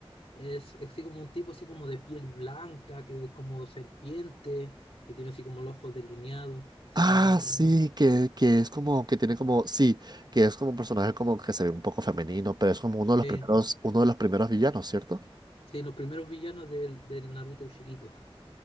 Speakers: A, on the left (about 85°); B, on the right (about 45°).
A: Es, es así como un tipo así como de piel blanca, que es como serpiente, que tiene así como los ojos delineados, así
B: Ah,
A: como morado.
B: sí, que, que es como, que tiene como, sí, que es como un personaje como que se ve un poco femenino, pero es como uno de los
A: Eh,
B: primeros, uno de los primeros villanos, ¿cierto?
A: sí, los primeros villanos del, del Naruto chiquito.